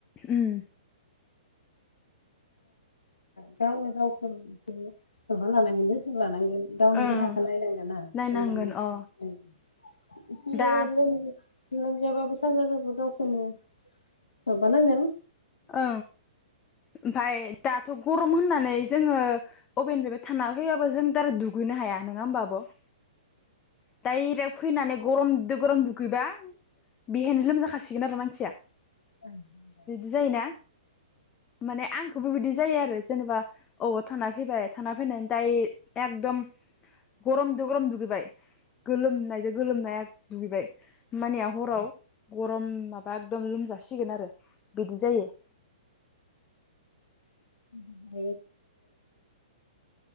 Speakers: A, on the left; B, on the left.
A: उम
B: गावनो गावखौ एसे माबा लानांगोन लै, लानांगोन दावनि
A: ओं
B: देहाखौ नायनांगोना
A: नायनांगोन
B: होमबानो
A: अ
B: एसे
A: दा
B: लोमजाबाबो साजाबाबो गावखौनो नो माबा नांगोन
A: औ ओमफाय दाथ गरम होननानै जोङो अभेननि थाना फैबाबो जों दारा दुगैनो हाया नङा होमबा <inaudible> डाइरेट फैनानै गरमदो गरम दुगैबा बेहायनो लोमजा खागोन सिगोन आरो मानसिया
B: <inaudible>
A: जायोना माने आंखौबोबायदि जायो आरो जेनेबा औ थाना फैबाय थाना फैनानै दाय एकदम गरमजों गरम दुगैबाय गोलोमनायजों गोलोमनाय दुगैबाय मानिया हराव गरम माबा एखदम लोमजासिगोन आरो बिदि जायो
B: <unintelligible>